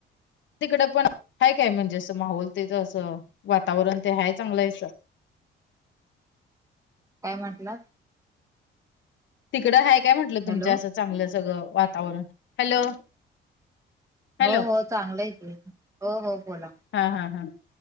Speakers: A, on the left; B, on the right.
A: तिकडं पण ह काय म्हणजे अस माहोल तेथ असं वातावरण ते हाय चांगलं आहे
B: काय म्हंटलं
A: तिकडं आहे काय म्हटलं तुमच
B: हॅलो
A: असं चांगलं सगळं वातावरण हॅलो हॅलो
B: हो हो चांगलंय ते हो हो बोला
A: हा हा हा